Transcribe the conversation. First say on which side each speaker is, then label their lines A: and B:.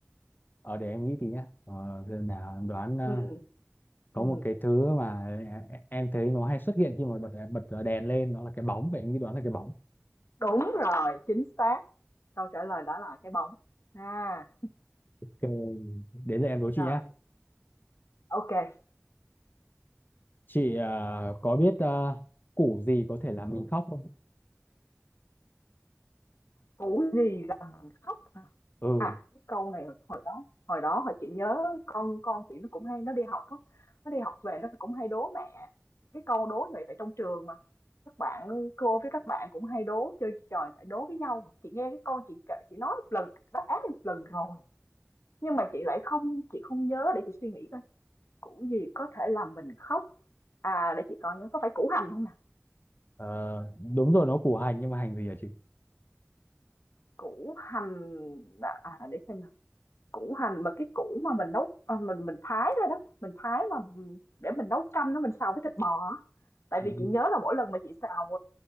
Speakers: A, on the left; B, on the left.
A: ở để em nghĩ tí nhá. Ờ giờ nào em đoán ờ,
B: ừ
A: có
B: ừ
A: một cái thứ mà e- em thấy nó hay xuất hiện khi mà bật bật đèn lên nó là cái bóng vậy em nghĩ đoán là cái bóng.
B: đúng rồi chính xác Câu trả lời đó là cái bóng. À,
A: Ok, Đến giờ em đố chị
B: rồi,
A: nhá.
B: ok kê.
A: Chị à, có biết à, củ gì có thể làm mình khóc không?
B: Củ gì làm mình khóc
A: Ừ,
B: À, cái câu này hồi đó hồi đó hồi chị nhớ con con chị nó cũng hay nó đi học á, nó đi học về nó cũng hay đố mẹ cái câu đố như vậy tại trong trường mà. Các bạn cô với các bạn cũng hay đố chơi trò chạy đố với nhau mà chị nghe cái con chị chị nói một lần đáp án một lần rồi nhưng mà chị lại không chị không nhớ để chị suy nghĩ coi củ gì có thể làm mình khóc à để chị coi nhớ có phải củ hành không nè
A: ờ, đúng rồi nó củ hành nhưng mà hành gì hả chị?
B: Củ hành, à, à, để xem nào, củ hành mà cái củ mà mình nấu ờ, mình mình thái ra đó, mình thái mà, ừm, để mình nấu canh nó mình xào với thịt bò á. Tại
A: Ừ.
B: vì chị nhớ là mỗi lần mà chị xào